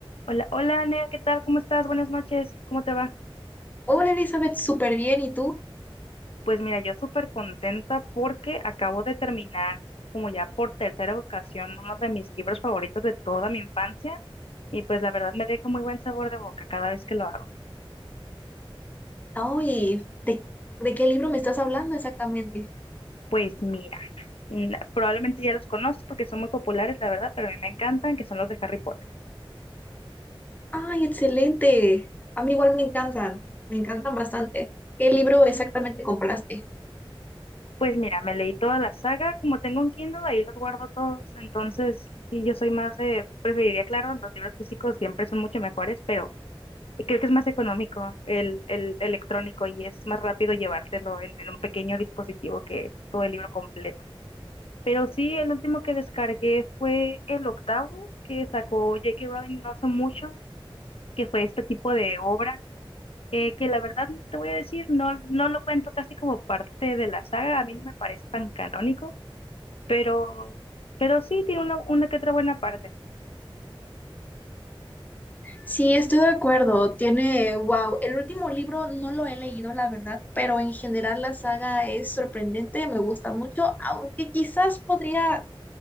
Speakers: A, on the left; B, on the left.
A: Hola, hola, Nea, ¿qué tal? ¿Cómo estás? Buenas noches, ¿cómo te va?
B: Hola Elizabeth, súper bien. ¿Y tú?
A: Pues mira, yo súper contenta porque acabo de terminar, como ya por tercera ocasión, uno de mis libros favoritos de toda mi infancia y pues la verdad me deja muy buen sabor de boca cada vez que lo hago.
B: Ay, ¿de, de qué libro me estás hablando exactamente?
A: Pues mira, mm, probablemente ya los conoces porque son muy populares, la verdad, pero a mí me encantan, que son los de Harry Potter.
B: Ay, excelente. A mí igual me encantan, me encantan bastante. ¿Qué libro exactamente compraste?
A: Pues mira, me leí toda la saga, como tengo un Kindle, ahí los guardo todos, entonces sí, yo soy más de, preferiría, claro, los libros físicos siempre son mucho mejores, pero... Creo que es más económico el, el electrónico y es más rápido llevártelo en, en un pequeño dispositivo que todo el libro completo. Pero sí, el último que descargué fue el octavo que sacó J.K. Rowling no hace mucho, que fue este tipo de obra, eh, que la verdad no te voy a decir, no, no lo cuento casi como parte de la saga, a mí no me parece tan canónico, pero, pero sí tiene una, una que otra buena parte.
B: Sí, estoy de acuerdo. Tiene, wow, el último libro no lo he leído, la verdad, pero en general la saga es sorprendente, me gusta mucho, aunque quizás podría